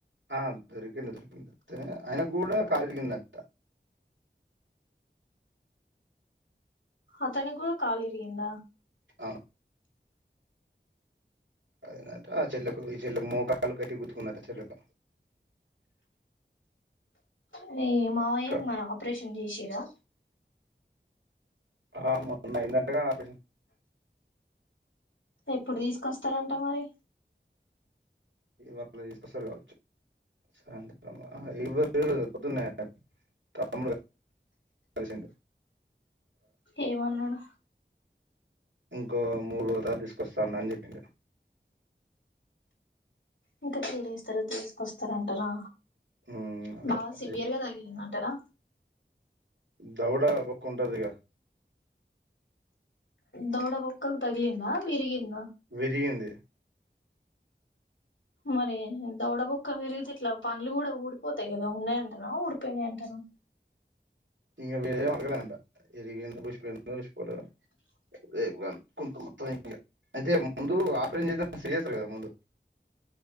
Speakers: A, on the right; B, on the left.
A: ఆ దొరికింది దొరికిడి ద ఆయన కూడా కళకి దత
B: అతను కూడా కాలి ఇరిగింద
A: అవును అద అట ఆ చెల్కు ఈ చెల్కు మోకాళ్లు కట్టి గుద్తుకుందట చెల్కు
B: అది మావయ్య
A: క
B: మరీ ఆపరేషన్ చేసిండ్రా
A: ఆ మొన్న అయిందంటగా ఆపిష
B: ఎప్పుడు తీసుకొస్తారంట మరి
A: ఈ వళ తీసుకొస్తరు కావచ్చు సాయంత్ర్రం ఇవరు పొద్దున్నే తములు కలిసింది
B: ఏమన్నాడు
A: ఇంకో మూడు రోత తీసుకొస్తా అన్నా అని చెప్పిండు
B: ఇంకా త్రీ డేస్ తర్వా తీసుకొస్తారంటనా
A: హ్మ్.
B: బాగా
A: అదే.
B: సివియర్ గా తగిలిందంటనా
A: దౌడ పక్క ఉంటది గ
B: దౌడ బుక్కగ్ తగలింద విరిగింద
A: విరిగింది
B: మరి దౌడబుక్క విరిగితే ఇట్లా పనులు కూడా ఊడిపోతాయి కదా ఉన్నాయంటనా ఊడిపోయినాయి అంటనా అ
A: ఇగ వేడేం అడగలేదంట ఇరిగిందో ఊసిపోయిందో ఉస్ పోలేదో రేపు కనుకుంట మొత్తం ఇంగ అంటె ముందు ఆపరేషన్ చేసా సరి చేస్తార్ కదా ముందు